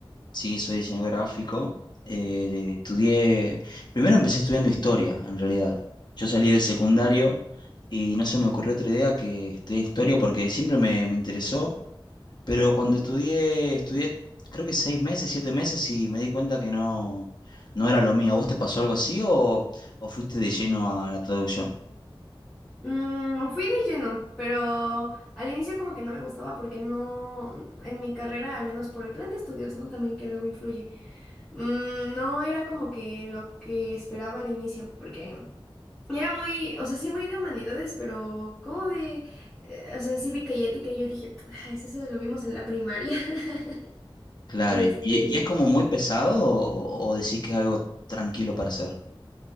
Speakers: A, on the left (about 50°); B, in the centre.
A: Sí, soy diseñador gráfico. Eh, estudié, primero empecé estudiando historia, en realidad. Yo salí del secundario y no se me ocurrió otra idea que estudiar historia porque siempre me, me interesó, pero
B: Ujú.
A: cuando estudié, estudié creo que seis meses, siete meses y me di cuenta que no, no era lo mío. ¿A ¿Vos te pasó algo así o, o fuiste de lleno a la traducción?
B: Mm, fui de lleno, pero al inicio como que no me gustaba porque no, en mi carrera, al menos por el plan de estudios, ¿no? También que luego influye. mm, no era como que lo que esperaba al inicio, porque Era muy, o sea, sí muy de humanidades, pero como de, eh, o sea, cívica y ética, y yo dije, "Ay, es eso lo vimos en la primaria. <laughs>
A: Claro,
B: Este,
A: ¿y, y es como muy pesado o o decís que es algo tranquilo para hacer?